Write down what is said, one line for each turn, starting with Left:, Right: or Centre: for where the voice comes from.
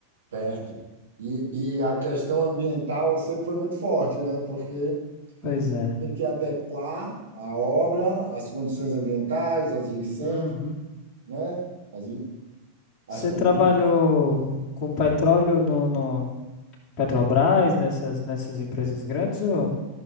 Right: perto. E, e a questão ambiental sempre foi muito forte, né? Porque
Left: pois é.
Right: tem que adequar a obra às condições ambientais, às licenças,
Left: uhum.
Right: né? As, li- as
Left: Você
Right: pre-
Left: trabalhou com petróleo no, no Petrobras, nessas, nessas empresas grandes ou?